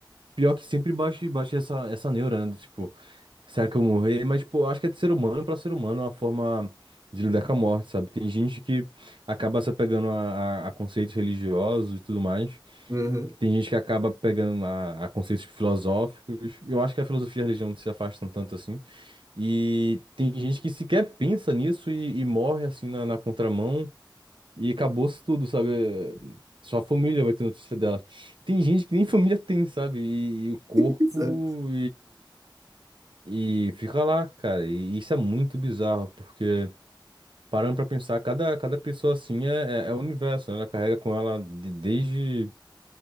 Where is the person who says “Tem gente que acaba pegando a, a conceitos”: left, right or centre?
Right